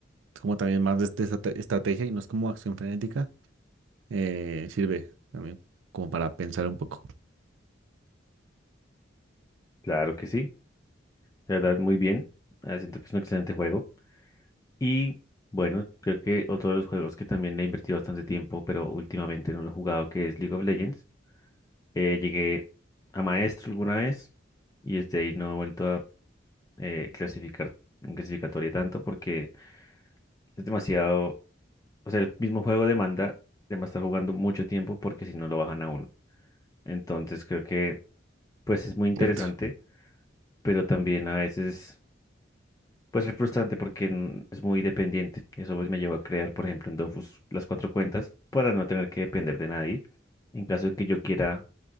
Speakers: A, on the right; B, on the left.
A: Es como también más de, de estrate- estrategia y no es como acción frenética. eh, sirve también como para pensar un poco,
B: Claro que sí, la verdad muy bien, eh, siento que es un excelente juego y bueno, creo que otro de los juegos que también le he invertido bastante tiempo, pero últimamente no lo he jugado, que es League of Legends. Eh, llegué a maestro alguna vez y desde ahí no he vuelto a eh, clasificar en clasificatoria tanto porque es demasiado, o sea, el mismo juego demanda de más estar jugando mucho tiempo porque si no lo bajan a uno. Entonces creo que pues es muy interesante,
A: ¿cierto?
B: pero también a veces puede ser frustrante porque n- es muy dependiente. Y Eso pues me llevó a crear, por ejemplo, en Dofus las cuatro cuentas para no tener que depender de nadie. En caso de que yo quiera